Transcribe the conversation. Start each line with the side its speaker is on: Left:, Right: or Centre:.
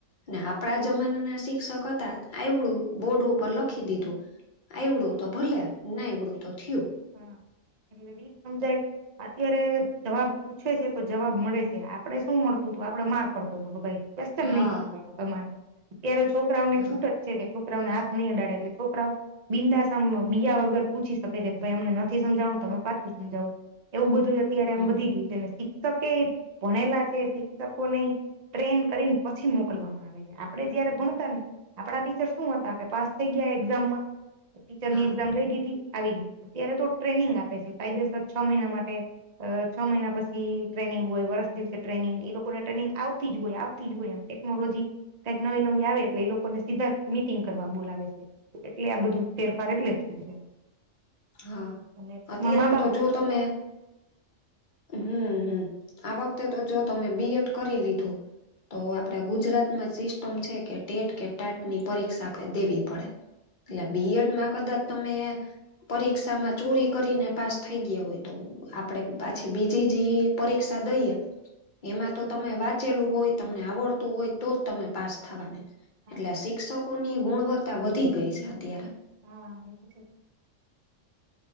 Left: ને આપણા જમાના ના શિક્ષક હતા આવવડું બોર્ડ ઉપર લખી દીધું. એવડું તો ભલે ના એવડું તો થયું.
Right: હમ્મ. એટલે રીત સમજાય અત્યારે જવાબ પૂછે છે તો જવાબ મળે છે આપડે શું મળતું હતું આપડે માર પડતો હતો કે ભાઈ. <unintelligible>
Left: હા
Right: નહી પૂછવાનું તમારે. ત્યારે છોકરાઓ ને
Left: હા
Right: છૂટ જ છે કે છોકરાઓને હાથ નં અડાડે એટલે છોકરાઓ બિંદાસ એમ બીયા વગર પૂછી શકે છે ભાઈ અમને નથી સમજાણું. તમે પાછું સમજાવું એવું બધું અત્યારે
Left: હા
Right: આમ વધી ગયું છે ને. શિક્ષકે ભણેલા છે શિક્ષકો ને ટ્રેન કરીને પછી મોકલવામાં આવે. આપડે જયારે ભણતા ને આપડા ટીચર શું હતા કે પાસ થઈ ગયા એક્ઝામમાં. ટીચર
Left: હા
Right: ની એક્ઝામ દઈ દીધી આવી ગયા અત્યારે તો ટ્રેનિંગ આપ પી કાયદેસર છ મહિના માટે અ છ મહિના પછી ટ્રેનિંગ હોય વર્ષ દિવસે ટ્રેનિંગ એ લોકોને ટ્રેનિંગ આવતી જ હોય આવતી જ હોય એમ. ટેકનોલોજી કક નવી નવી આવે એટલે એ લોકોને સીધા મિટિંગ કરવા બોલાવે છે. એટલે આ બધું ફેરફાર એટલે થયું છે.
Left: હા
Right: અને ટૂંકમાં
Left: અત્યારે
Right: હા
Left: તો જો તમે. હમ્મ હમ્મ આ વખતે તો જો તમે બીએડ કરી લીધું. તો આપડે ગુજરાતમાં સિસ્ટમ છે કે ટેટ કે ટેટ ની પરીક્ષા આપડે દેવી પડે. એટલે બીએડ માં કદાચ તમે. પરીક્ષા માં ચોરી કરીને પાસ થઈ ગયા હોય તો. આપડે પાછી બીજી જે પરીક્ષા દઈએ. એમાં તો તમે વાંચેલું હોય તમને આવડતું હોય તો જ તમે પાસ થવાને.
Right: હા
Left: એટલે શિક્ષકોની ગુણવત્તા વધી ગઈ છે અત્યારે.
Right: હા એ છે.